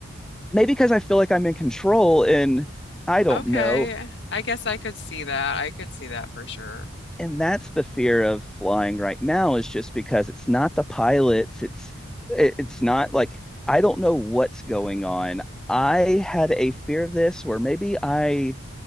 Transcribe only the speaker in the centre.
Maybe because I feel like I'm in control and I don't
know.
And that's the fear of flying right now is just because it's not the pilots. It's it- it's not like I don't know what's going on. I had a fear of this where maybe I